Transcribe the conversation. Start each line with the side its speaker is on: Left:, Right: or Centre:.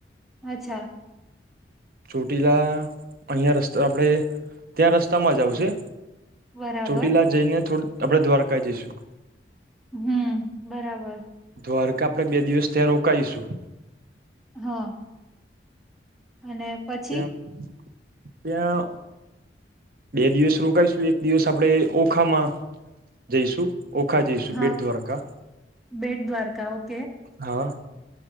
Centre: અચ્છા.
Right: ચોટીલા અહયા રસ્તા આપડે ત્યાં રસ્તામાં જ આવશે.
Centre: બરાબર
Right: ચોટીલા જઈને થોડ આપડે દ્વારકા જઈશું.
Centre: હમ, બરાબર.
Right: દ્વારકા આપડે બે દિવસ ત્યાં રોકાઈશું.
Centre: હા. અને પછી
Right: ત્યાં ત્યાં બે દિવસ રોકાઈશું. એક દિવસ આપડે ઓખામાં જઈશું. ઓખા જઈશું,
Centre: હા
Right: બેટ દ્વારકા.
Centre: બેટ દ્વારકા ઓકે
Right: હન